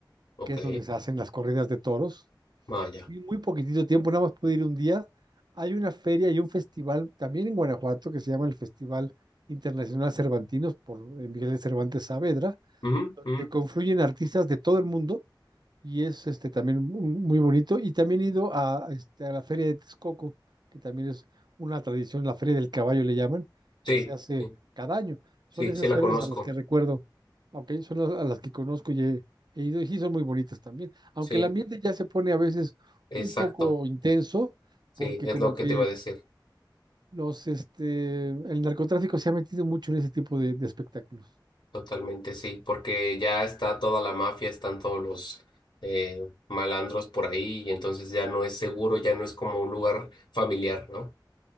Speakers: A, on the left; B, on the right.
A: Ok,
B: que es donde se hacen las corridas de toros,
A: vaya.
B: y muy poquitito tiempo, nada más pude ir un día. Hay una feria y un festival también en Guanajuato que se llama el Festival Internacional Cervantinos por eh, Miguel de Cervantes Saavedra,
A: Ujú,
B: donde
A: ujú.
B: confluyen artistas de todo el mundo y es este también mu- muy bonito. Y también he ido a, este, a la Feria de Texcoco, que también es una tradición, la Feria del Caballo le llaman, que
A: Sí,
B: se hace
A: sí,
B: cada año. Son
A: sí,
B: esas
A: sí la
B: ferias
A: conozco,
B: a las que recuerdo, ok, son las- a las que conozco y he, he ido, y sí son muy bonitas también. Aunque
A: sí,
B: el ambiente ya se pone a veces
A: exacto,
B: un poco intenso,
A: sí,
B: porque
A: es
B: como
A: lo que
B: que
A: te iba a decir.
B: los, este, el narcotráfico se ha metido mucho en ese tipo de, de espectáculos.
A: Totalmente sí, porque ya está toda la mafia, están todos los eh, malandros por ahí y entonces ya no es seguro, ya no es como un lugar familiar, ¿no?